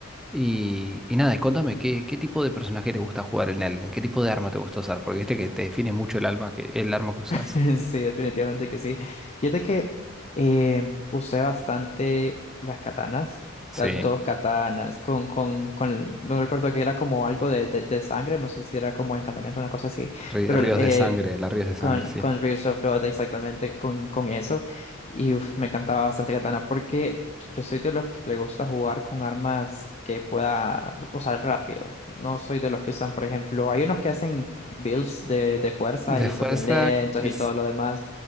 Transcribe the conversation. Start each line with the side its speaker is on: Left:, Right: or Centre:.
Centre: Y, y nada, y contame, ¿qué, qué tipo de personaje te gusta jugar en Elden? ¿Qué tipo de arma te gusta usar? Porque viste que te define mucho el alma que, el arma que usas.
Left: <laughs> Sí, definitivamente que sí. Fíjate que eh, usé bastante las katanas,
Centre: Sí,
Left: las dos katanas, con, con, con, no recuerdo que era como algo de, de, de sangre, no sé si era como encantamiento, una cosa así,
Centre: rí-
Left: pero
Centre: ríos
Left: eh,
Centre: de sangre, las ríos de sangre,
Left: con,
Centre: sí.
Left: con Reels of Love, exactamente con, con eso. Y uf, me encantaba bastante Katana porque yo soy de los que le gusta jugar con armas que pueda usar rápido. No soy de los que usan, por ejemplo, hay unos que hacen builds de, de fuerza
Centre: De
Left: y
Centre: fuerza,
Left: son bien lentos
Centre: que
Left: y todo lo demás.